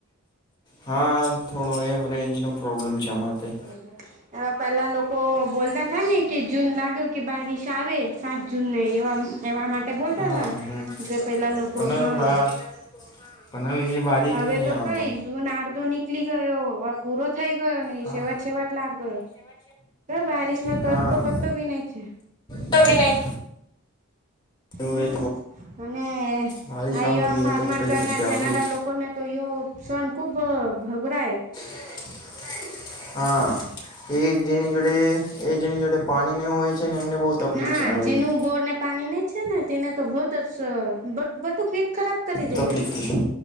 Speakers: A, on the left; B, on the right.
A: હા થોડો એ રેન્જ નો પ્રોબ્લેમ છે. અમારે તઈ
B: બબર એ પેલા લોકો બોલતા થા ને કે જૂન લાગ્યો કે બારિશ આવે સાજ જૂને એવા એવા માટે બોલતા
A: હા
B: છે
A: હમ
B: જે પહેલાં લોકો
A: પણ
B: હા
A: હવે બા પણ હવે એ બારી
B: હવે
A: બી નહીં
B: તો
A: આવતો
B: કઈશ હું નારદો નીકળી ગયો. પૂરો થઈ ગયો ને
A: હા
B: એ સેવટ સેવટ લાગ ગયો. ક બારિશનોો તત
A: હા
B: તો પતો ભી નહી છે.
A: તો બી નહી
B: હમ
A: એવું એ
B: અને
A: બારીશ
B: આ
A: આવું જોઈએ
B: વા ફાર્મર
A: તો જ કંઈ
B: કર
A: થશે
B: ના
A: આપણું
B: જનારા લોકોને તો સન ખુબ ભઘરા એ
A: <inaudible> હા એ જની જોડે એ જની જોડે પાણી ને હોય છે એમને બહુ તકલીફ
B: હા
A: છે આવીધ.
B: જેનું બોરને પાણી નહી તેને તો ભો બટ બટુક એક ખરાબ કરી દેને
A: તકલીફ છે